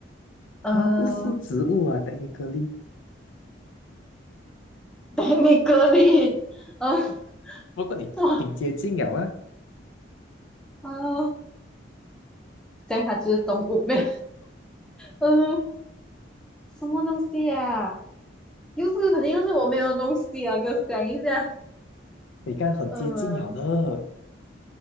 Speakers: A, in the centre; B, on the left.
A: 呃，
B: 它不是植物啊 t e 颗粒。
A: 等你隔离。呃，
B: 不过你挺接近了啊，
A: 哇，呃，这样它就是动物没有？呃，什么东西呀、又是肯定又是我没有的东西啊，给我讲一下。
B: 你看很接近了的，
A: 嗯、呃